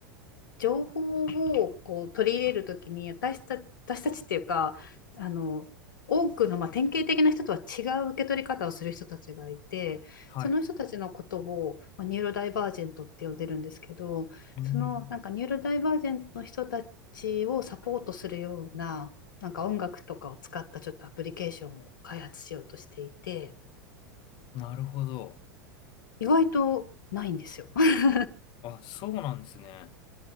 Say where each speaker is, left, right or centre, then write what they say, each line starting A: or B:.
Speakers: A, on the left; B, on the left.
A: 情報をこう取り入れるときに私た、私たちっていうか、あの、多くの、まあ、典型的な人とは違う受け取り方をする人たちがいて、
B: はい。
A: その人たちのことを、まあ、ニューロダイバージェントって呼んでるんですけど、
B: うん
A: そのなんかニューロダイバージェントの人たちちをサポートするような、なんか音楽とかを使ったちょっとアプリケーションを開発しようとしていて、
B: なるほど。
A: 意外とないんですよ。<laughs>
B: あ、そうなんですね。